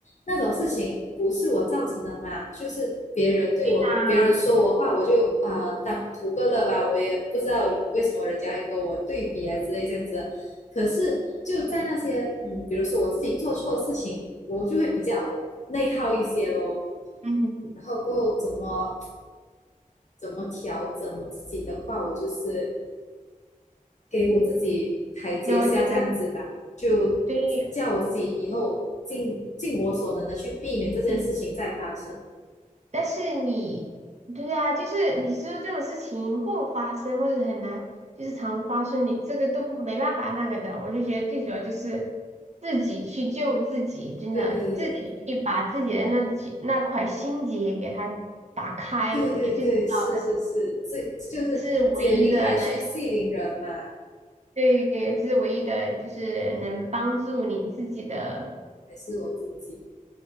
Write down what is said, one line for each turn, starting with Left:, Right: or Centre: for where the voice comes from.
Left: 那种事情不是我造成的嘛，就是别人对我，
Right: 对呀、
Left: 别人说我话，我就啊、呃当图个乐吧，我也不知道为什么人家会跟我对比啊之类这样子。可是就在那些嗯，比如说我自己做错的事情，我就会比较内耗一些咯。
Right: 嗯，
Left: 然后过后怎么怎么调整我自己的话，我就是给我自己台阶下这样子吧，
Right: 对，我觉得
Left: 就
Right: 对，
Left: 叫我自己以后尽尽我所能的去避免这件事情再发生。
Right: 嗯，但是你，对啊，就是你说这种事情不发生或者很难，就是常发生，你这个都不没办法那个的。我就觉得最主要就是自己去救自己，真的，
Left: 对
Right: 自己去把自己的那几那块心结给它打开，
Left: 对对对，
Right: 我觉得最重要的，
Left: 是是是，这就是解铃还须系铃人嘛，
Right: 这是唯一的对，这是唯一的，就是能帮助你自己的。
Left: 还是我自己